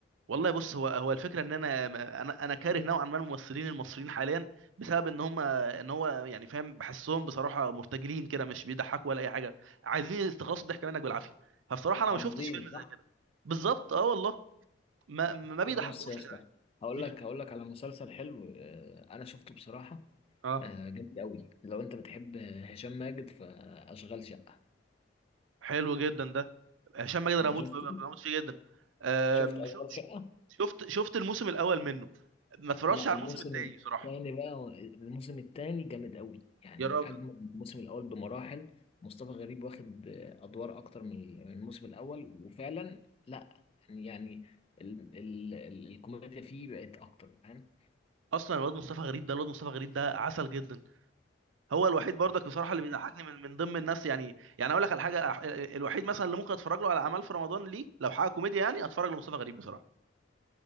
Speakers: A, on the right; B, on the left.
A: والله بص هو هو الفكره ان انا انا انا كاره نوعا ما الممثلين المصريين حاليا بسبب ان هم ان هو يعني فاهم بحسهم بصراحه مرتجلين كده مش بيضحكوا ولا اي حاجه عايزين يستخلصوا الضحك منك بالعافيه فبصراحه انا
B: عظيم
A: ما شفتش فيلم
B: صح
A: زي كده بالظبط اه والله ما ما بيضحكوش
B: طب بص يا اسطى
A: يا جدعان
B: هقول
A: مم.
B: لك هقول لك على مسلسل حلو آه، انا شفته بصراحة
A: اه
B: آه، جامد قوي لو انت بتحب هشام ماجد فاشغال شقة
A: حلو جدا ده هشام ماجد انا
B: انت
A: بموت
B: شفته
A: بموت فيه جدا آم،
B: شفت اشغال
A: شو-
B: شقة
A: شفت شفت الموسم الاول منه ما اتفرجتش
B: لا
A: على
B: الموسم
A: الموسم التاني
B: الثاني
A: صراحه
B: بقى هو- الموسم الثاني جامد قوي يعني
A: يا راجل
B: اجمل من الموسم الاول بمراحل مصطفى غريب واخد آه، ادوار اكتر من من الموسم الاول وفعلا لا يعني يعني ال ال ال الكوميديا فيه بقت اكتر فاهم
A: اصلا الواد مصطفى غريب ده الواد مصطفى غريب ده عسل جدا هو الوحيد برضك بصراحه اللي بيضحكني من من ضمن الناس يعني يعني اقول لك على حاجه أح- الوحيد مثلا اللي ممكن اتفرج له على اعمال في رمضان ليه لو حاجه كوميديا يعني اتفرج لمصطفى غريب بصراحه